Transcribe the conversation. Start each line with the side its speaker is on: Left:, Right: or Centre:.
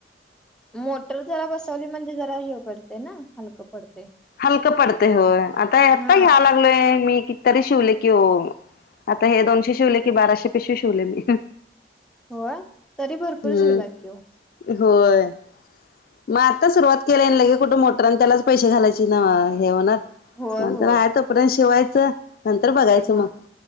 Centre: मोटर जरा बसवली म्हणजे जरा हे पडते ना हलकं पडते.
Left: हलकं पडतंय होय आता आत्ता
Centre: हा
Left: घ्याव लागलोय मी कित तरी शिवले की हो आता हे दोनशे शिवले की बाराशे पेशी शिवले मी.
Centre: होय तरी भरपूर
Left: हम्म
Centre: शिवलय की.
Left: होय मग आता सुरुवात केला लगे कुठे मोटरन त्यालाच पैसे घालायचे. न हे होणार
Centre: होय
Left: म्हंटल,
Centre: होय
Left: आहे तोवर शिवायचं. नंतर बघायचं
Centre: हा
Left: मग